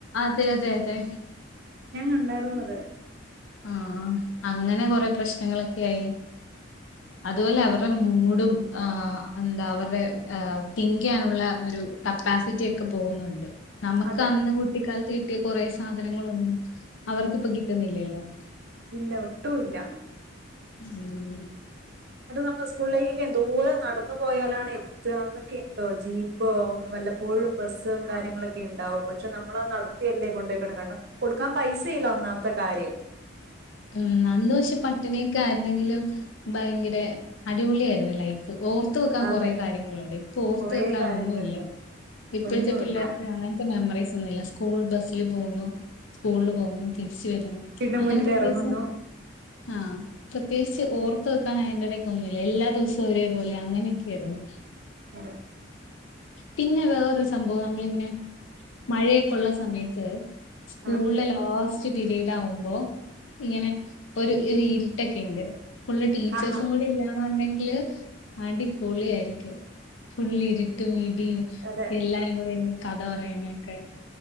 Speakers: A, on the left; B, on the right.
A: അതെ... അതെ..... അതെ...
B: കണ്ടായിരുന്നു അത്
A: ആഹ! അങ്ങനെ കൊറെ പ്രശ്നങ്ങളൊക്കെ ആയി അതുപോലെ അവരുടെ മൂടും, എന്താ അവരുടെ തിങ്ക് ചെയ്യാനുള്ള ഒരു കപ്പാസിറ്റി ഒക്കെ പോകുന്നുണ്ട് നമുക്ക്
B: അതെ
A: അന്ന് കുട്ടിക്കാലത്ത് കിട്ടിയ കുറെേ സാധനങ്ങളൊന്നും അവർക്കിപ്പം കിട്ടുന്നില്ലല്ലോ!
B: ഇല്ല ഒട്ടുമല്ല.
A: ഉം.
B: അത് നമ്മൾ സ്കൂളിലേക്കൊക്കെ എന്തോരം നടന്നു പോയാലാണ് എത്ത എന്നൊക്കെ ഉണ്ടോ ജീപ്പോ വല്ലപ്പോഴും ബസും കാര്യങ്ങളൊക്കെ വല്ലപോയും ബസ്സും കാര്യങ്ങളൊക്കെ ഉണ്ടാവും, പക്ഷെ നമ്മൾ നടത്തിയല്ലേ കൊണ്ടയ്ക്കണ്‌, കാരണം കൊടുക്കാൻ പൈസല്യ ഒന്നാമത്തെ കാര്യം
A: ഉ. അന്ന് പക്ഷെ പട്ടിണിയൊക്കെ ആയിരുന്നെങ്കിലും, ഭയങ്കര അടിപൊളി ആയിരുന്നു ലൈഫ്! ഓർ ഓർത്ത് വെക്കാൻ
B: അതെ
A: കൊറെ കാര്യങ്ങളുണ്ട് ഇപ്പൊ ഓർത്ത്
B: കൊറേ
A: വെക്കാാൻ
B: കാര്യങ്ങളുണ്ട്
A: ഒന്നുംല്ല ഇപ്പോഴത്തെ
B: ഒന്നുമില്ല
A: പിള്ളേർക്ക് അങ്ങനത്തെ മെമ്മറീസ് ഒന്നുമില്ല. സ്കൂൾ ബസിൽ പോവുന്നു, സ്കൂളിൽ പോകുന്നു, തിരിച്ച് വരുന്നു
B: വീടിന്റെ
A: അങ്ങനെ.
B: മുന്നിൽ ഇറങ്ങുന്നു
A: ച്ച ആഹ! പ്രത്യേകിച്ച് ഓർത്ത് വെക്കാൻ അതിന്റെ ഇടയ്ക്ക് ഒന്നില്ല എല്ലാ ദിവസവും ഒരേപോലെ. അങ്ങനെയൊക്കെയ ആയിരുന്നു.
B: അതെ.
A: പിന്നെ വേറൊരു സംഭവം, നമ്മളിങ്ങനെ മഴയൊക്കെയുള്ള സമയത്ത് സ്കൂളിലെ
B: ആ
A: ലാസ്റ്റ് പീരീഡ് ആവുമ്പോ, ഇങ്ങനെ ഒരു ഇരുട്ടൊക്കെയുണ്ട് ഫുൾ ടീച്ചേഴ്സും
B: ആഹാ
A: കൂടി ഇല്ലാന്നുണ്ടെങ്കില് അടി അടിപൊളിയായിരിക്കും ഫുള്ളി ഇരി ട്ടും ഇടിയും
B: അതെ
A: എല്ലാരും കൂടെ കഥ പറയുന്നൊക്കെ